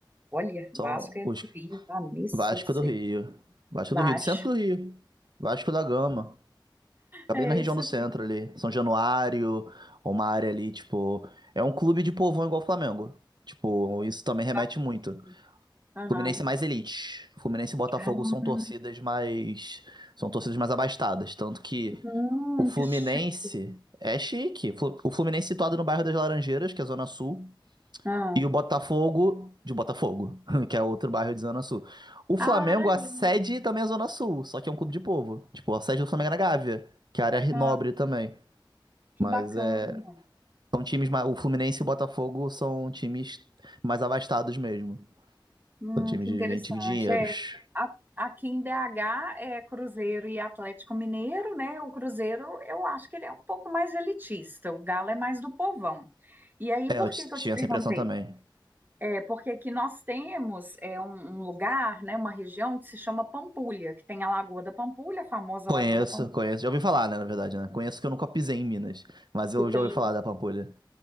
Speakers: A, on the right; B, on the right.
A: Olha, Vasco
B: São
A: é
B: os
A: do Rio. Vanessa
B: Vasco
A: do céu.
B: do Rio. Vasco
A: Vasco.
B: do Rio, do centro do Rio. Vasco da Gama. Acabei
A: É
B: na região
A: isso.
B: do centro
A: aí,
B: ali. São Januário, uma área ali, tipo. É um clube de povão igual o Flamengo. Tipo, isso também
A: Que
B: remete
A: bacana.
B: muito.
A: Aham.
B: Fluminense é mais elite. Fluminense e Botafogo
A: Ah,
B: são torcidas mais. São torcidas mais abastadas. Tanto que
A: hum,
B: o Fluminense
A: que chique.
B: é chique. Flu- O Fluminense situado no bairro das Laranjeiras, que é a Zona Sul.
A: Ah.
B: E o Botafogo de Botafogo, <laughs> que é outro bairro de Zona Sul. O Flamengo,
A: Ai,
B: a sede também é Zona Sul, só que é um clube de povo. Tipo, a sede do Flamengo é na Gávea, que é a área
A: ah,
B: nobre também.
A: que
B: Mas
A: bacana.
B: é. São times mais. O Fluminense e o Botafogo são times mais abastados mesmo.
A: Hum,
B: São times
A: que
B: de
A: interessante.
B: gente de dinheiros.
A: É, a- aqui em BH é Cruzeiro e Atlético Mineiro, né? O Cruzeiro, eu acho que ele é um pouco mais elitista, o Galo é mais do povão. E aí,
B: É,
A: por
B: eu t-
A: que que
B: tinha
A: eu te perguntei?
B: essa impressão também.
A: É porque aqui nós temos é, um, um lugar, né, uma região que se chama Pampulha, que tem a Lagoa da Pampulha, a famosa
B: Conheço,
A: Lagoa da Pampulha,
B: conheço. Já ouvi falar, né, na verdade, né? Conheço que eu nunca pisei em Minas, mas eu
A: que tem
B: já ouvi falar da Pampulha.